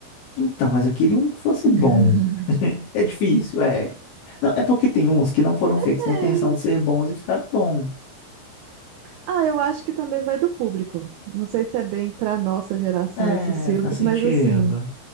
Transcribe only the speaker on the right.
<laughs>
Gente.
Ah, eu acho que também vai do público. Não sei se é bem pra nossa geração
esses filmes,
mas assim,